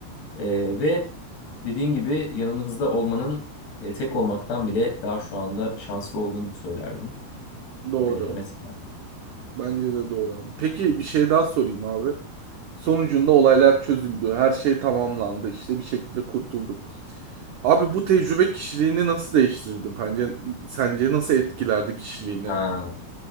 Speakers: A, on the left; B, on the right.
A: Ee, ve dediğin gibi yanımızda olmanın e, tek olmaktan bile daha şu anda şanslı olduğunu söylerdim.
B: doğru.
A: Ee, mesela.
B: Bence de doğru abi. Peki bir şey daha sorayım abi. Sonucunda olaylar çözüldü. Her şey tamamlandı. İşte bir şekilde kurtulduk. Abi bu tecrübe kişiliğini nasıl değiştirdi? Bence, sence nasıl etkilerdi kişiliğini?
A: Ha.